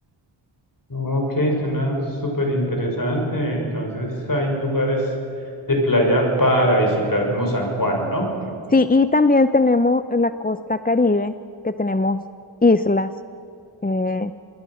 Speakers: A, on the left; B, on the left.
A: Ok, suena súper interesante. Entonces hay lugares de playa para visitar como San Juan, ¿no?
B: Sí, y también tenemos la costa Caribe, que tenemos islas. eh,